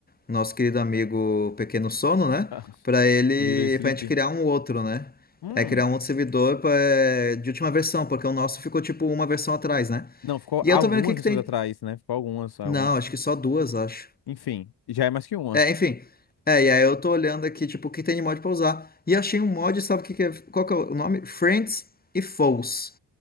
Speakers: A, on the left (about 20°); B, on the left (about 60°).
A: o nosso querido amigo Pequeno Sono, né?
B: Ah,
A: Pra ele.
B: Little Sleep.
A: Pra gente criar um outro, né?
B: Hum.
A: É criar um outro servidor pra- é, de última versão, porque o nosso ficou tipo uma versão atrás, né?
B: Não, ficou
A: E
B: algumas
A: eu tô vendo o que que
B: pessoas
A: tem.
B: atrás, né? Ficou algumas, algumas.
A: Não, acho que só duas, acho.
B: Enfim, já é mais que uma.
A: É, enfim. É, e aí eu tô olhando aqui, tipo, o que tem de mod pra usar. E achei um mod, sabe o que que é? Qual que é o nome? Friends e Foes.